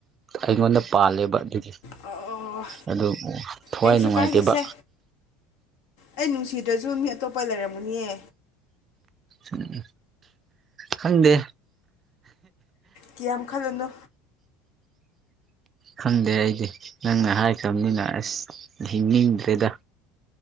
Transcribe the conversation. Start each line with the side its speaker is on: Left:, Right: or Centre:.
Right: ꯑꯩꯉꯣꯟꯗ ꯄꯥꯜꯂꯦꯕ ꯑꯗꯨꯗꯤ
Left: ꯑꯣ
Right: ꯑꯗꯨ ꯊꯋꯥꯏ
Left: ꯀꯩꯁꯨ
Right: ꯅꯨꯡꯉꯥꯏꯇꯦꯕ
Left: ꯀꯥꯏꯗꯦꯁꯦ ꯑꯩ ꯅꯨꯡꯁꯤꯗ꯭ꯔꯁꯨ ꯃꯤ ꯑꯇꯣꯞꯄ ꯂꯩꯔꯝꯒꯅꯤꯌꯦ
Right: ꯎꯝ ꯈꯪꯗꯦ
Left: ꯀꯌꯥꯝ ꯈꯜꯂꯅꯨ
Right: ꯈꯪꯗꯦ ꯑꯩꯗꯤ ꯅꯪꯅ ꯍꯥꯏꯈ꯭ꯔꯕꯅꯤꯅ ꯑꯁ ꯍꯤꯡꯅꯤꯡꯗ꯭ꯔꯦꯗ